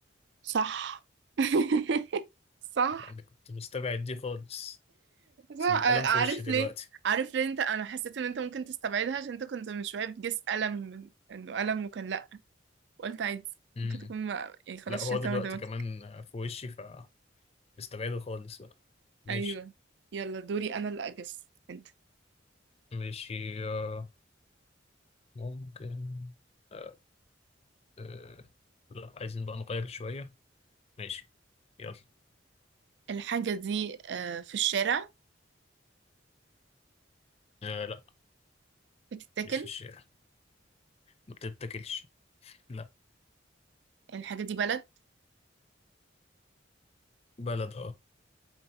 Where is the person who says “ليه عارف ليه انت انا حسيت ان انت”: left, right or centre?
Right